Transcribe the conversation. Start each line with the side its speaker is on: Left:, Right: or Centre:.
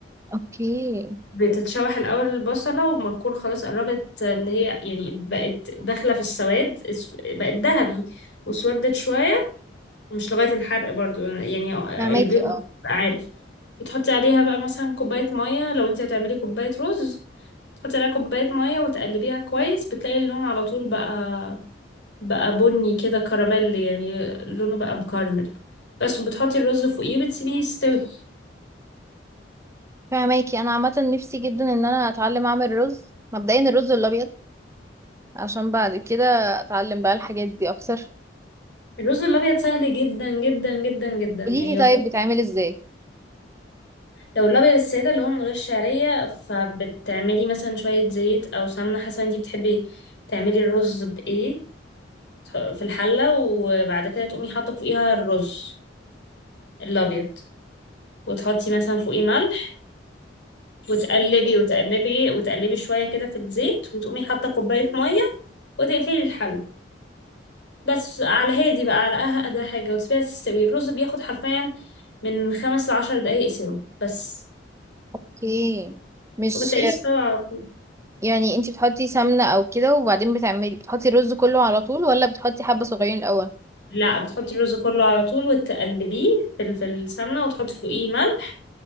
Right: اوكي
Left: بتتشوح الأول البصلة وما تكون خلاص قربت اللي هي يعني بقت داخلة في السواد اس- بقت ذهبي واسودت شوية مش لغاية الحرق برضو يعني
Right: فهماكي
Left: اللي بيض بيبقى
Right: اه
Left: عارف بتحطي عليها بقى مثلا كوباية مية لو انت هتعملي كوباية رز تحطي عليها كوباية مية وتقلبيها كويس بتلاقي اللون على طول بقى بقى بني كده كراميل يعني لونه بقى مكرمل بس وبتحطي الرز فوقيه وبتسيبيه يستوي
Right: فهماكي انا عامه نفسي جدا ان انا اتعلم اعمل رز مبدئيا الرز الابيض عشان بعد كده اتعلم بقى الحاجات دي اكتر
Left: الرز الأبيض سهل جدا جدا جدا جدا يعني
Right: قوليلي طيب
Left: مفهوش
Right: بتعمل ازاي
Left: لو الأبيض السادة اللي هو من غير شعرية فبتعملي مثلا شوية زيت أو سمنة حسب انتي بتحبي تعملي الرز بإيه في الحلة وبعد كده تقومي حاطة فوقيها الرز الأبيض وتحطي مثلا فوقيه ملح وتقلبي وتقلبي وتقلبي شوية كده في الزيت وتقومي حاطة كوباية مية وتقفلي الحلة بس على هادي بقى على أهدى حاجة وتسيبيها تستوي الرز بياخد حرفيا من خمس لعشر دقايق سوا بس
Right: اوكي مش
Left: وبتلاقيه استوى على طول
Right: يعني انتي بتحطي سمنه او كده وبعدين بتعملي بتحطي الرز كله على طول ولا بتحطي حبه صغيرين الاول
Left: لا بتحطي الرز كله على طول وتقلبيه في ال- في السمنة وتحطي فوقيه ملح